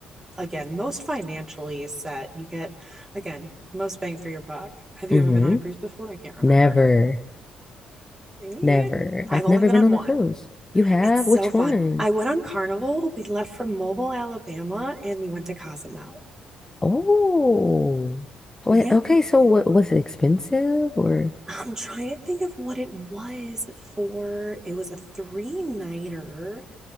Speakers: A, on the right; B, on the left.
A: again, most financially set. You get, again, most bang for your buck. Have you
B: Mm-hmm.
A: ever been on a cruise before? I can't remember.
B: Never,
A: Yeah.
B: never.
A: I've
B: I've
A: only
B: never
A: been
B: been
A: on
B: on
A: one.
B: a cruise. You have?
A: It's
B: Which
A: so fun.
B: one?
A: I went on Carnival. We left from Mobile, Alabama, and we went to Cozumel.
B: Oh, wait,
A: Yeah.
B: okay. So, what was it expensive or?
A: I'm trying to think of what it was for. It was a three nighter,